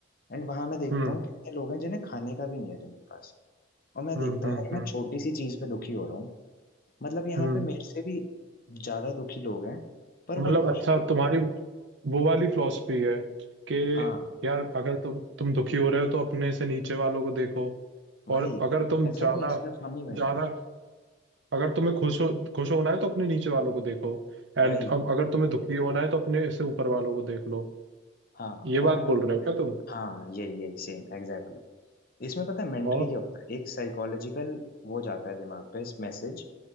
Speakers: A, on the left (about 45°); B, on the right (about 60°).
A: एंड वहां मैं देखता
B: हम्म
A: हूँ कितने लोग हैं जिन्हें खाने का भी नहीं है जिनके पास और मैं
B: हम्म
A: देखता
B: हम्म
A: हूँ यार
B: हम्म
A: मैं छोटी सी चीज पे दुखी हो रहा हूँ मतलब यहाँ
B: हम्म
A: पे मेरे से भी ज्यादा दुखी लोग हैं पर
B: मतलब
A: वो खुश
B: अच्छा तुम्हारी वो वाली फिलॉसफी है कि
A: हैं। हाँ
B: यार अगर तुम तुम दुखी हो रहे हो तो अपने से नीचे वालों को देखो
A: वही
B: और अगर तुम
A: ऐसा
B: ज्यादा
A: नहीं है सिर्फ हम ही वही
B: ज्यादा
A: हैं
B: अगर तुम्हें खुश हो खुश होना है तो अपने नीचे वालों को देखो एंड
A: वही
B: अब अगर तुम्हें दुखी होना है तो अपने से ऊपर वालों को देख लो
A: हाँ
B: ये
A: और
B: बात बोल रहे हो क्या तुम
A: हाँ यही यही सेम एग्जैक्टली इसमें पता है मेंटली
B: और
A: क्या होता है एक साइकोलॉजिकल वो जाता है दिमाग पे इस मैसेज